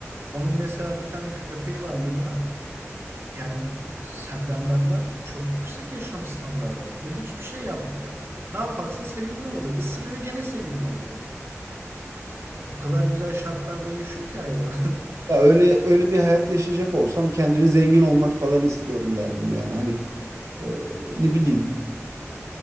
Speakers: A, on the right; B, on the right.
A: Onun mesela bir tane köpeği var Luna. Yani senden benden çok yüksek yaşam standardı ve hiçbir şey yapmıyor. Ne yaparsa sevimli oluyor. Isırıyor gene sevimli oluyor. O kadar güzel şartlarda yaşıyor ki hayvan.
B: Ya öyle öyle bir hayat yaşayacak olsam kendimi zengin olmak falan istiyorum derdim yani. Hani e, ne bileyim